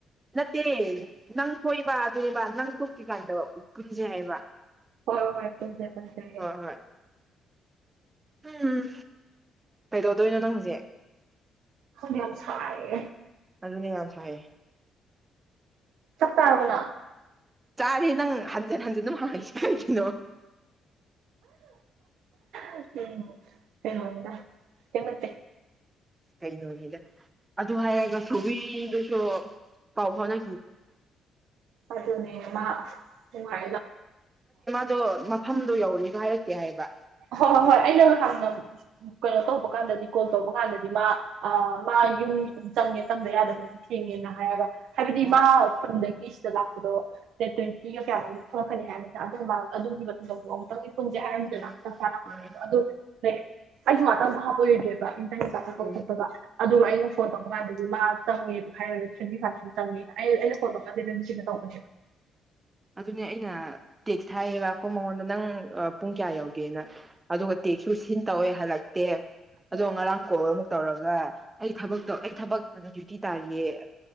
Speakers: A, on the right; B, on the right.
A: ꯅꯠꯇꯦ ꯅꯪ ꯊꯣꯏꯕ ꯑꯗꯨꯅꯦꯕ ꯅꯪ ꯊꯣꯛꯇꯔꯤꯀꯥꯟꯗ ꯎ ꯄꯨꯟꯁꯦ ꯍꯥꯏꯕ
B: ꯍꯣꯏ ꯍꯣꯏ ꯄꯨꯟꯁꯦ ꯄꯨꯟꯁꯦ
A: ꯍꯣꯏ ꯍꯣꯏ ꯎꯝ ꯀꯩꯗꯧꯗꯣꯏꯅꯣ ꯅꯪ ꯍꯧꯖꯤꯛ
B: ꯈꯪꯗꯦ ꯌꯥꯝ ꯁꯥꯏꯌꯦ
A: ꯑꯗꯨꯅꯦ ꯌꯥꯝ ꯁꯥꯏꯌꯦ
B: ꯆꯥꯛ ꯆꯥꯔꯕꯣ ꯅꯪ
A: ꯆꯥꯔꯤ ꯅꯪ ꯍꯟꯖꯤꯟ ꯍꯟꯖꯤꯟ ꯑꯗꯨꯝ ꯍꯪꯏꯁꯦ ꯀꯩꯒꯤꯅꯣ
B: ꯎꯝ ꯀꯩꯅꯣꯅꯤꯗ ꯀꯩꯝ ꯅꯠꯇꯦ
A: ꯀꯩꯅꯣꯅꯤꯗ ꯑꯗꯨ ꯍꯥꯏꯔꯒ ꯁꯕꯤꯗꯨꯁꯨ ꯄꯥꯎ ꯐꯥꯎꯅ
B: ꯑꯗꯨꯅꯦ ꯃꯥ ꯅꯨꯡꯉꯥꯏ
A: ꯑꯗꯣ ꯃꯐꯝꯗꯣ ꯌꯧꯔꯦꯒꯥ ꯍꯥꯏꯔꯛꯇꯦ ꯍꯥꯏꯕ
B: ꯍꯣꯏ ꯍꯣꯏ ꯑꯩꯅ ꯉꯍꯥꯟ ꯉꯝ ꯀꯩꯅꯣ ꯇꯧꯕ ꯀꯥꯟꯗꯗꯤ ꯀꯣꯜ ꯇꯧꯕ ꯀꯥꯟꯗꯗꯤ ꯃꯥ ꯑ ꯃꯥ ꯌꯨꯝ ꯑꯗꯨꯝ ꯆꯪꯉꯦ ꯆꯪꯗ ꯌꯥꯗꯕ ꯊꯦꯡꯉꯦꯅ ꯍꯥꯏꯔꯒ ꯍꯥꯏꯕꯗꯤ
A: ꯑꯣ
B: ꯃꯥ ꯈꯨꯟꯗꯒꯤ ꯁꯤꯗ ꯂꯥꯛꯄꯗꯣ ꯗꯦꯠ ꯇ꯭ꯋꯦꯟꯇꯤꯒ ꯀꯌꯥꯅꯣꯝ ꯊꯣꯛꯂꯛꯀꯅꯤ ꯍꯥꯏꯕꯅꯤꯅ ꯑꯗꯨ ꯃꯃꯥꯡ ꯑꯗꯨꯒꯤ ꯃꯇꯨꯡꯗ ꯑꯃꯨꯛ ꯆꯪ ꯄꯨꯟꯁꯦ <unintelligible>
A: ꯎꯝ ꯎꯝ
B: ꯑꯗꯨ ꯂꯥꯏꯛ ꯑꯩꯁꯨ ꯉꯥꯛꯇꯪ ꯚꯥꯞ ꯑꯣꯏꯔꯨꯗꯔ꯭ꯦ
A: ꯎꯝ
B: <unintelligible> ꯑꯗꯨꯒ ꯑꯩꯅ ꯐꯣꯟ ꯇꯧꯕ ꯀꯥꯟꯗꯗꯤ ꯃꯥ ꯆꯪꯉꯦ ꯑꯗꯨ ꯍꯥꯏꯔꯒ ꯊꯦꯟꯇꯤ ꯐꯥꯏꯚꯁꯤ ꯆꯪꯉꯦꯅ ꯑꯩꯅ ꯈꯣꯂꯣꯄꯗꯝ ꯁꯤꯅ ꯇꯧꯕꯅꯦꯕ
A: ꯑꯗꯨꯅꯦ ꯑꯩꯅ ꯇꯦꯛꯁ ꯍꯥꯏꯌꯦꯕꯀꯣ ꯃꯉꯣꯟꯗ ꯅꯪ ꯄꯨꯡ ꯀꯌꯥ ꯌꯧꯒꯦꯅ ꯑꯗꯨꯒ ꯇꯦꯛꯁꯨ ꯁꯤꯟ ꯇꯧꯋꯦ ꯍꯜꯂꯛꯇꯦ ꯑꯗꯣ
B: ꯑꯣ
A: ꯉꯔꯥꯡ ꯀꯣꯜ ꯑꯃꯨꯛ ꯇꯧꯔꯒ ꯑꯩ ꯊꯕꯛꯇꯣ ꯑꯩ ꯊꯕꯛꯇ ꯗ꯭ꯌꯨꯇꯤ ꯇꯥꯔꯤꯌꯦ